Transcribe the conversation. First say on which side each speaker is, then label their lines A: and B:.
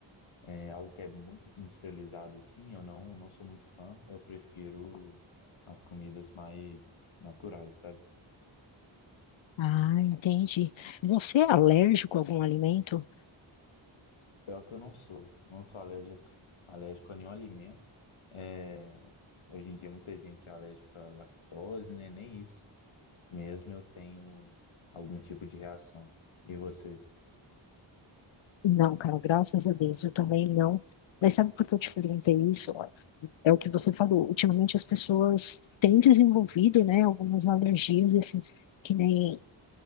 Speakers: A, on the left (about 80°); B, on the left (about 70°).
A: É algo que é muito industrializado, sim, eu não, não sou muito fã. Eu prefiro as comidas mais naturais, sabe?
B: ah, entendi. Você é alérgico a algum alimento?
A: Pior que eu não sou. Não sou alérgico, alérgico a nenhum alimento. É, hoje em dia muita gente é alérgica à lactose, né? Nem isso. Mesmo eu tenho algum tipo de reação. E você?
B: Não, cara, graças a Deus, eu também não. Mas sabe por que eu te perguntei isso? Ó, É o que você falou. Ultimamente as pessoas têm desenvolvido, né, algumas alergias, assim, que nem